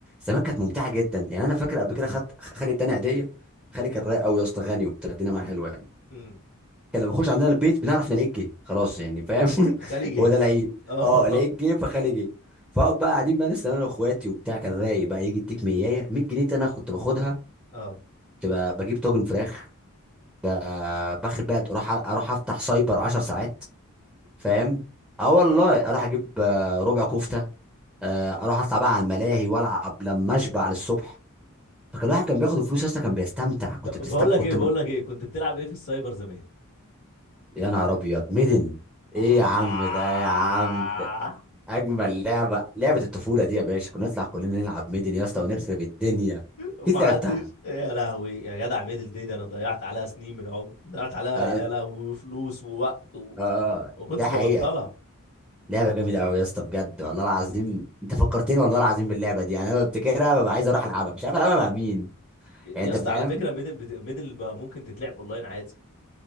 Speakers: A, in the centre; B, on the left.
A: زمان كانت ممتعه جدا يعني انا فاكر قبل كده خدت خالي اداني هديه خالي كان
B: امم
A: رايق قوي يا اسطى غني وبتاع الدنيا معاه حلوه يعني
B: امم
A: كان لما بيخش عندنا البيت بنعرف نلاقيه جه خلاص يعني فاهم
B: خالي
A: <laughs>
B: جه
A: هو ده العيد
B: <laughs> اه
A: اه لقيت جه فخالي جه فاقعد بقى قاعدين بقى لسه انا واخواتي وبتاع كان رايق بقى يجي يديك 100 100 جنيه دي انا كنت باخدها
B: اه
A: كنت ب- بجيب طاجن فراخ ب- باخد بقى اروح اروح افتح سايبر 10 ساعات فاهم اه والله اروح اجيب آه، ربع كفته آه، اروح اطلع بقى على الملاهي والعب لما اشبع للصبح فكان الواحد كان بياخد الفلوس اصلا كان بيستمتع كنت
B: طب
A: بتستمتع
B: بقول لك
A: كنت
B: ايه بقول
A: م...
B: لك ايه كنت بتلعب ايه في السايبر زمان
A: يا نهار ابيض ميدن ايه
B: آه
A: يا عم ده يا عم ده اجمل لعبه لعبه الطفوله دي يا باشا كنا نطلع كلنا نلعب ميدن يا اسطى ونخرب الدنيا
B: ما
A: اكيد
B: حدش
A: لعبتها
B: يا لهوي يا جدع ميدل دي ده انا ضيعت عليها سنين من عمري ضيعت عليها
A: اه
B: يا لهوي فلوس ووقت و...
A: آه،
B: وما كنتش
A: ده حقيقه
B: ببطلها
A: لعبه جميله قوي يا اسطى بجد والله العظيم انت فكرتني والله العظيم باللعبه دي يعني انا بفتكرها ببقى عايز اروح العبها مش عارف العبها مع مين يعني
B: يا
A: انت
B: اسطى
A: فاهم
B: على فكره ميدل بت... ميدل ما ممكن تتلعب اونلاين عادي